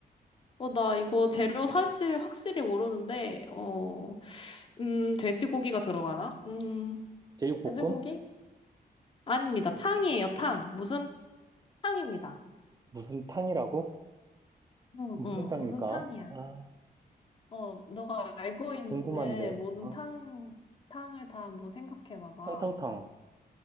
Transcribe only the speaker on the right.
제육볶음?
무슨 탕이라고?
무슨
탕일까?
아,
궁금한데.
아,
탕탕탕.